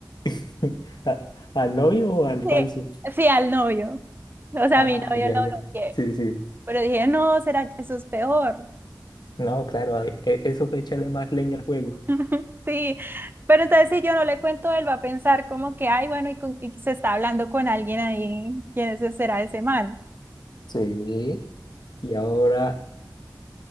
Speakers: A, on the left; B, on the right.
A: <laughs> ¿A- ¿Al novio o al
B: sí,
A: falso?
B: sí, al novio. O sea,
A: Ah,
B: a mi novio
A: ya,
B: lo
A: ya.
B: bloqueé.
A: Sí, sí.
B: Pero dije, no, ¿será que eso es peor?
A: No, claro, ahí- e- eso fue echarle más leña al juego.
B: <laughs> Sí, pero entonces si yo no le cuento, él va a pensar como que, ay, bueno, y, con- y se está hablando con alguien ahí, ¿quién ese será ese man?
A: Sí. Y ahora,